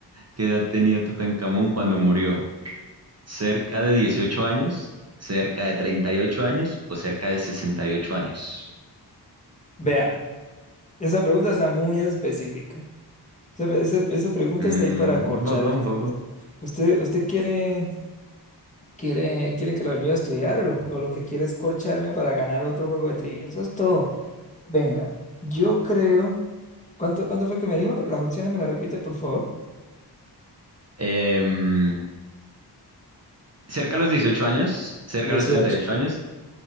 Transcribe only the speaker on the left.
Vea. Esa pregunta está muy específica. Esa, esa- esa pregunta
está ahí para acorchar.
¿Usted,
usted, usted quiere, quiere, quiere que lo ayude a estudiar o lo, o lo que quiere es corcharme para ganar otro juego de trivia? Eso es todo. Venga, yo creo. ¿Cuánto, cuánto fue que me dijo? Las opciones me las repite, por favor.
dieciocho